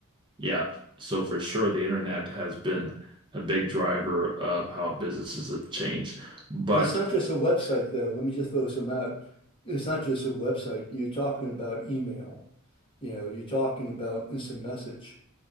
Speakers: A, on the right (about 20°); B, on the left (about 25°).
A: yeah, so for sure, the internet has been a big driver of how businesses have changed. But
B: But it's not just a website, though. Let me just throw some out. It's not just a website. You're talking about email. You know, you're talking about instant message.